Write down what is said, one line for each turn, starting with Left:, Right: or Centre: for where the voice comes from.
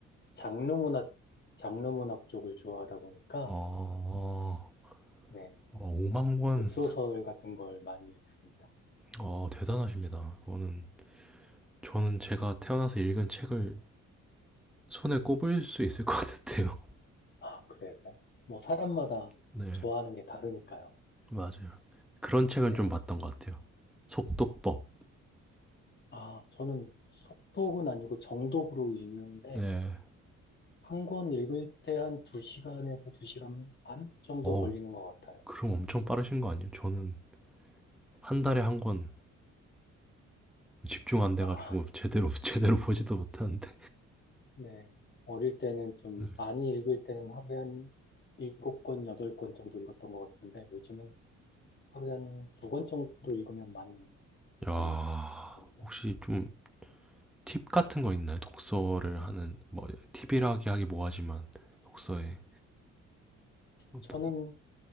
Left: 장르 문학, 장르 문학 쪽을 좋아하다 보니까
Centre: 어,
Left: 네,
Centre: 어 5만 권,
Left: 웹소설 같은 걸 많이 읽습니다.
Centre: 어 대단하십니다. 저는 저는 제가 태어나서 읽은 책을 손에 꼽을 수 있을 것 같은데요.
Left: 아, 그래요? 뭐 사람마다
Centre: <laughs> 네,
Left: 좋아하는 게 다르니까요.
Centre: 맞아요. 그런 책은
Left: 네.
Centre: 좀 봤던 것 같아요. 속독법.
Left: 아, 저는 속독은 아니고 정독으로 읽는데,
Centre: 네.
Left: 한 권 읽을 때 한 두시간에서두시간반 정도
Centre: 어우
Left: 걸리는 것 같아요.
Centre: 그럼 엄청 빠르신 거 아니에요? 저는 한 달에 한 권 집중 안 돼
Left: 아,
Centre: 가지고 제대로 <laughs> 제대로 보지도 못하는데.
Left: 네. 어릴 때는 좀
Centre: 네.
Left: 많이 읽을 때는 하루에 한 일곱 권 여덟 권 정도 읽었던 것 같은데, 요즘은 하루에 한 두 권 정도 읽으면 많이 읽는
Centre: 야.
Left: 그런 정도?
Centre: 혹시 좀 팁 같은 거 있나요? 독서를 하는 뭐 팁이라기 하기 뭐하지만 독서에 어떤
Left: 저는